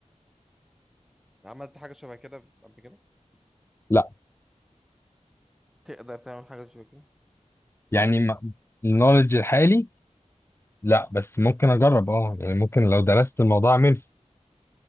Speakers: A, in the centre; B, on the left.
A: عملت حاجة شبه كده قبل كده
B: لا
A: تقدر تعمل حاجة زي كده
B: يعني ما- النولج الحالي لا بس ممكن اجرب اه يعني ممكن لو درست الموضوع اعمل